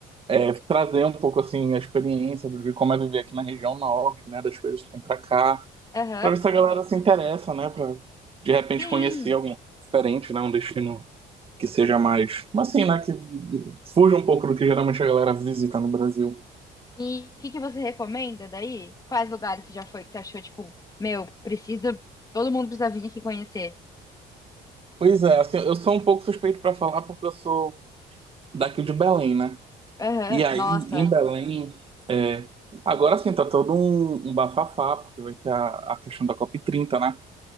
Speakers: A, on the right; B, on the left.
A: é, trazer um pouco assim a experiência de como é viver aqui na região norte, né? Das coisas que tem pra cá.
B: Aham.
A: Pra ver se a galera se interessa, né? Pra de repente
B: Sim.
A: conhecer algo diferente, né? Um destino que seja mais. Mas assim, né? Que fuja um pouco do que geralmente a galera visita no Brasil.
B: E o que que você recomenda daí? Quais lugares você já foi que você achou, tipo, meu, preciso, todo mundo precisa vir aqui conhecer.
A: Pois é, assim, eu sou um pouco suspeito pra falar porque eu sou daqui de Belém, né?
B: Aham.
A: E aí,
B: Nossa.
A: Ah, em Belém, é, agora sim, tá todo um, um bafafá, porque vai ter a, a questão da cop trinta, né?